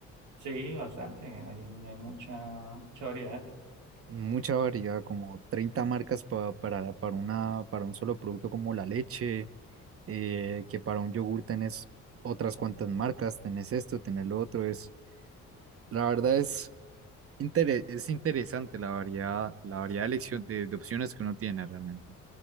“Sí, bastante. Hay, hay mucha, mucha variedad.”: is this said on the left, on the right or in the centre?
Right